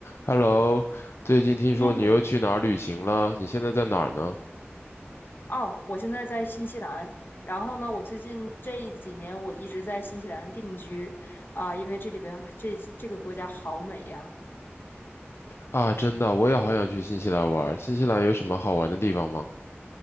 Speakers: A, on the left (about 70°); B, on the left (about 50°).
A: Hello，最近听说你又去哪儿旅行了？
B: 嗯，
A: 你现在在哪儿呢？
B: 哦，我现在在新西兰，然后呢，我最近这几年我一直在新西兰定居，啊、因为这里边这这个国家好美呀、
A: 啊，真的，我也好想去新西兰玩儿。新西兰有什么好玩的地方吗？